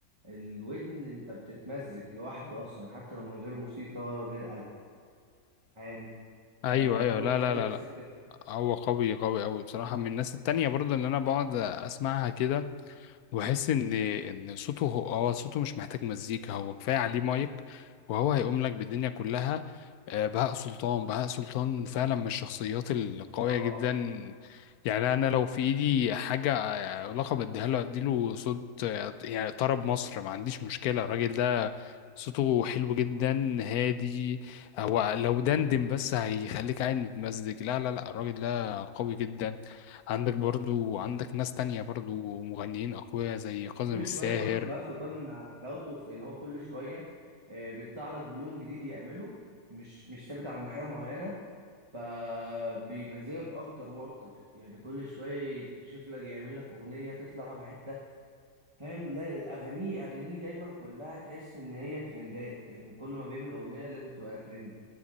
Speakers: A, on the right (about 20°); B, on the left (about 70°).
A: الودن انت بتتمزج لوحده اصلا حتى لو من غير موسيقى ولا غير ألحان يعني
B: ايوه
A: انا برضو
B: ايوه لا
A: بحب
B: لا لا
A: السكة
B: لا
A: دي
B: هو قوي قوي قوي بصراحه من الناس التانية برضه اللي انا بقعد اسمعها كده وأحس إن إن صوته هو هو صوته مش محتاج مزيكا هو كفاية عليه مايك وهو هيقوم لك بالدنيا كلها آه، بهاء سلطان بهاء سلطان فعلا من الشخصيات القوية
A: طبعا
B: جدا يعني أنا لو في إيدي حاجة لقب اديها له اديله صوت آه، يعني طرب مصر ما عنديش مشكلة الراجل ده صوته حلو جدا هادي هو لو دندن بس هيخليك قاعد متمزج لا لا لا الراجل ده قوي جدا عندك برضو عندك ناس تانية برضو مغنيين أقوياء زي كاظم
A: كل
B: الساهر
A: شويه برضه بهاء سلطان حلاوته في ان هو كل شويه آه، بيطلع لك بلون جديد يعمله مش مش ثابت عند حاجه معينه فبيمزجك اكتر واكتر يعني كل شويه يكتشف لك يعمل لك اغنيه تطلع بحته فاهم لا اغانيه اغانيه دايما كلها تحس ان هي ترندات يعني كل ما بيعمل اغنيه لازم تبقى ترند